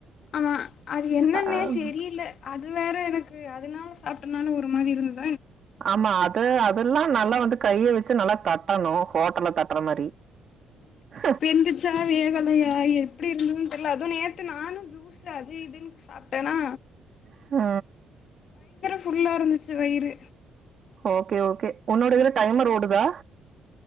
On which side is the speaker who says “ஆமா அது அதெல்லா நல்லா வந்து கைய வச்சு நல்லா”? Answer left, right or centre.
Right